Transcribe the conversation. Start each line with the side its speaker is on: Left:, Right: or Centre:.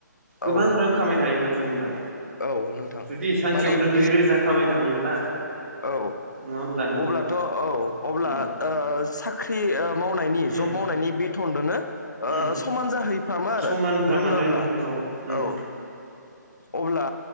Right: गोबां
Left: औ।
Right: रां खामायनो हायो माथो नोंथां
Left: औ नोंथां
Right: जुदि सानसेयावनो
Left: माने बि
Right: नैरोजा खामायनो हायोब्ला
Left: औ
Right: नङा होमब्ला नोंथां
Left: अब्लाथ' औ अब्ला
Right: उम
Left: ओ साख्रि ओ मावनायनि
Right: उम
Left: जब मावनायनि बेथनदोनो ओ
Right: उम
Left: समान जाहैफ्रामो आरो
Right: समानफ्रा
Left: रोङोब्ला
Right: मानो नोंथां औ उम
Left: औ अब्ला